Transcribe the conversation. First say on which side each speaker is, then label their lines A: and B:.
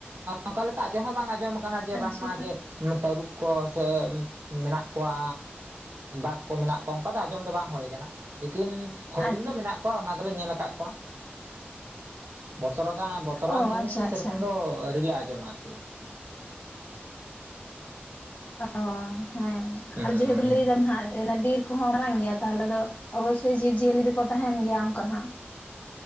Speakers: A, on the right (about 70°); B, on the left (about 45°).
A: ᱚᱱᱠᱟ ᱞᱮᱠᱟ ᱟᱡᱸᱚᱢ ᱦᱚᱸ ᱵᱟᱝ ᱟᱸᱡᱚᱢ ᱟᱠᱟᱱᱟ, ᱠᱟᱱᱟ ᱡᱮ
B: ᱟᱪᱪᱷᱟ
A: ᱵᱟᱝᱢᱟ ᱡᱮ ᱛᱟᱹᱨᱩᱵ ᱠᱚ ᱥᱮ ᱢᱮᱱᱟᱜ ᱠᱚᱣᱟ ᱵᱟᱜ ᱠᱚ ᱢᱮᱱᱟᱜ ᱠᱚᱣᱟ ᱚᱱᱠᱟ ᱫᱚ ᱟᱸᱡᱚᱢ ᱫᱚ ᱵᱟᱝ ᱦᱩᱭ ᱠᱟᱱᱟ᱾ ᱞᱮᱠᱤᱱ ᱦᱚᱨᱤᱱ
B: ᱟᱪᱪᱷᱟ
A: ᱫᱚ ᱢᱮᱱᱟᱜ ᱠᱚᱣᱟ ᱚᱱᱟ ᱫᱚᱞᱮ ᱧᱮᱞ ᱟᱠᱟᱫ ᱠᱚᱣᱟ᱾ ᱵᱚᱛᱚᱨ ᱟᱠᱟᱱ ᱵᱚᱛᱚᱨᱟᱱ
B: ᱚ
A: ᱡᱤᱱᱤᱥ
B: ᱟᱪᱪᱷᱟ
A: ᱫᱚ ᱥᱮᱨᱚᱠᱚᱢ
B: ᱟᱪᱪᱷᱟ
A: ᱫᱚ ᱟᱹᱣᱨᱤᱤᱞ ᱞᱮ ᱟᱸᱡᱚᱢᱟ ᱟᱨᱠᱤ᱾
B: ᱚ ᱦᱮᱸ
A: ᱦᱩᱸ
B: ᱡᱮᱦᱮᱛᱩ ᱞᱟᱹᱭᱮᱫᱟᱢ ᱦᱟᱜ ᱵᱤᱨ ᱠᱚᱦᱚᱸ ᱢᱟᱨᱟᱝ ᱜᱮᱭᱟ ᱛᱟᱦᱚᱞᱮ ᱫᱚ ᱚᱵᱚᱥᱥᱳᱭ ᱡᱤᱵᱽ ᱡᱤᱭᱟᱹᱞᱤ ᱫᱚᱠᱚ ᱛᱟᱦᱮᱱ ᱜᱮᱭᱟ ᱚᱱᱠᱟ ᱦᱟᱸᱜ᱾